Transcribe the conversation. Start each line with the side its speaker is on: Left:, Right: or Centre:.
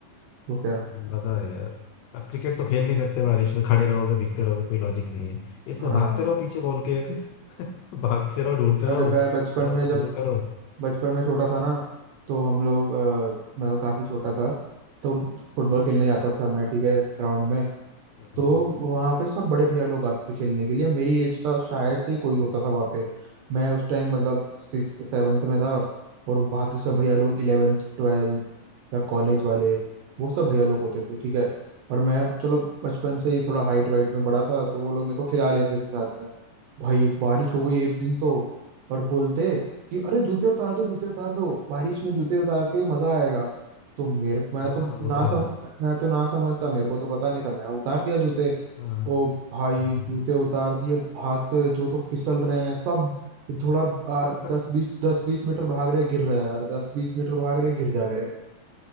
Right: तो क्या
Left: मजा है यार अब क्रिकेट तो खेल नहीं सकते बारिश में खड़े रहोगे भीगते रहोगे कोई लॉजिक नहीं है इसमें
Right: हाँ
Left: भागते रहो पीछे बॉल के भागते रहो ढूंढते
Right: अरे
Left: रहो
Right: मैं बचपन
Left: मारो
Right: में जब
Left: गोल करो
Right: बचपन में छोटा था ना तो हम लोग अ, मतलब काफी छोटा था तो फुटबॉल खेलने जाता था मैं ठीक है ग्राउंड में
Left: हाँ
Right: तो वहां पे सब बड़े भैया लोग आते थे खेलने के लिए मेरी एज का शायद से ही कोई होता था वहां पे मैं उस टाइम मतलब सिक्स सेवन्थ में था और बाकी सब भैया लोग इलेवेंथ ट्वेल्थ या कॉलेज वाले वो सब भैया लोग होते थे ठीक है और मैं चलो बचपन से ही थोड़ा हाइट वाइट में बड़ा था तो वो लोग मेरे को खिला लेते थे साथ में भाई एक बारिश हो गई एक दिन तो और बोलते कि अरे जूते उतार दो जूते उतार दो बारिश में जूते उतार के मजा आएगा तो मेरे मैं
Left: हाँ,
Right: तो
Left: वो
Right: ना
Left: तो
Right: सम
Left: है
Right: मैं तो ना समझता मेरे को तो पता नहीं था मैं उतार दिया जूते
Left: हाँ
Right: ओ भाई
Left: हम्म।
Right: जूते उतार दिए भागते हुए जो तो फिसल रहे हैं सब थोड़ा आ,
Left: <laughs>
Right: दस बीस दस बीस मीटर भाग रहे हैं, गिर रहे हैं यार दस बीस मीटर भाग रहे हैं, गिर जा रहे हैं।